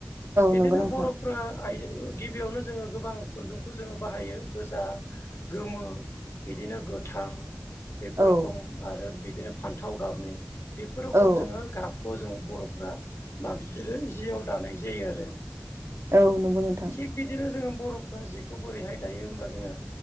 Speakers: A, on the left (about 70°); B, on the right (about 85°).
A: बिदिनो
B: नंगौ नोंथां
A: बर'फ्रा आइजो गिबियावनो जोङो गोबां खुन्दुंखौ जोङो बाहायो गोजा गोमो बिदिनो गोथां बेफोर
B: औ
A: रखम आरो बिदिनो फान्थाव गाबनि बेफोर रखम
B: औ
A: जोंङो गाब खौ जोंङो बर'फ्रा माग जियाव दानाय जायो आरो
B: औ नंगौ नोंथां
A: थिग बिदिनो जोंङो बर'फ्रा जिखौ बोरैहाय दायो होनब्ला जोंङो